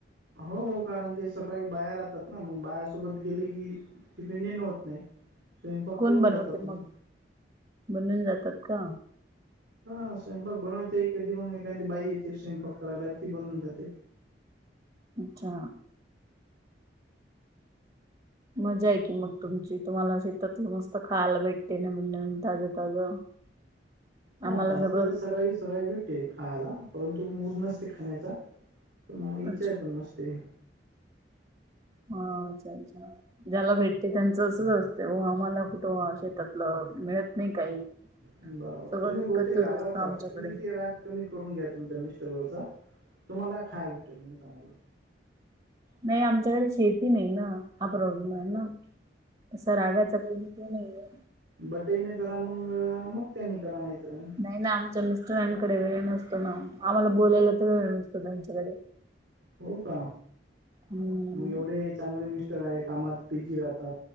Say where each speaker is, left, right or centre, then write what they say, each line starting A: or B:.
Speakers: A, on the right (about 70°); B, on the right (about 30°).
A: हो कारण ते सकाळी बाया राहतात ना मग बायासोबत गेलं की डिपेंडेन होत नाही. स्वयंपाक
B: कोण
A: करून
B: बनवतं
A: जातात
B: मग? बनवुन जातात का?
A: हा स्वयंपाक बनवते एखादी मग एखादी बाई येते स्वयंपाक करायला ती बनवून जाते.
B: अच्छा मजा आहे की मग तुमची तुम्हाला शेतातलं मस्त खायला भेटते नवीन नवीन ताज ताजं
A: हा
B: आम्हाला
A: ताज
B: सगळं
A: ताज
B: विकत
A: सकाळीच सगळं भेटतंय खायला परंतु मूड नसते खाण्याचा तर मग इच्छा
B: अच्छा
A: पण नसते.
B: ह चालेल चालेल. ज्याला भेटते त्यांचं असंच असतें ओ आम्हाला कुठं शेतातलं मिळत नाही काही.
A: बरोबर
B: सगळं
A: तुम्ही
B: विकतच
A: बहुतेक रागावता
B: असतं आमच्याकडे.
A: वाटते तुम्ही ते राग कमी करून घ्या तुमच्या मिस्टर वरचा तुम्हाला खायला भेटेलं चांगला
B: नाही आमच्याकडे शेती नाही ना हा प्रॉब्लेम आहे ना. असं रागाचा काही विषय नाहीये.
A: बटई न करा मग, मग त्यानी करा नाहीतर मग.
B: नाही ना आमच्या मिस्टरांकडे वेळ नसतो ना, आम्हाला बोलायला तर वेळ नसतो त्यांच्याकडे.
A: हो का?
B: हम्म
A: मग एवढे चांगले मिस् मिस्टर हाय कामात बीजी राहतात.